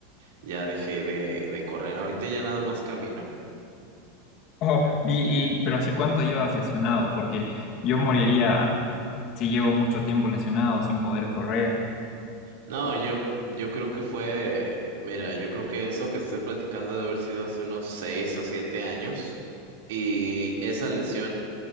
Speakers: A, on the right; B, on the left.
A: ya dejé de, de correr. Ahorita ya nada más camino.
B: Oh, y, y- pero ¿hace cuánto llevas lesionado? Porque yo moriría si llevo mucho tiempo lesionado sin poder correr.
A: No, yo, yo creo que fue, mira, yo creo que eso que estoy platicando ha de haber sido hace unos seis o siete años. Y esa lesión,